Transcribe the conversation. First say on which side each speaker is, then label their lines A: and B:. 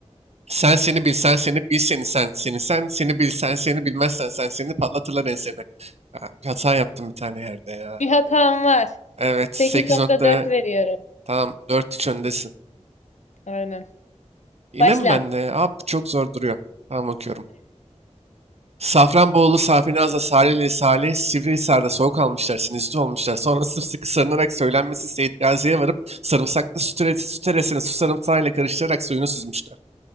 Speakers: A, on the right; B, on the left.
A: Sen seni bilsen seni bil seni sen seni sen seni bilsen seni bilmezsen sen seni patlatırlar enseni. Ha, bir hata yaptım bir tane yerde ya.
B: Bir hatam var.
A: Evet
B: 8.4
A: 8 nokta
B: Peki. veriyorum.
A: tamam 4-3 öndesin.
B: Aynen.
A: Yine
B: Başla.
A: mi bende? Abi çok zor duruyor. Tamam okuyorum. Safranbolu, Safinaz'la Salihli, Salih, Sivrihisar'da soğuk almışlar, sinüzit olmuşlar. Sonra sımsıkı sarınarak söylenmesi Seyit Gazi'ye varıp sarımsaklı süt, süt eresini su sarımsağıyla karıştırarak suyunu süzmüşler.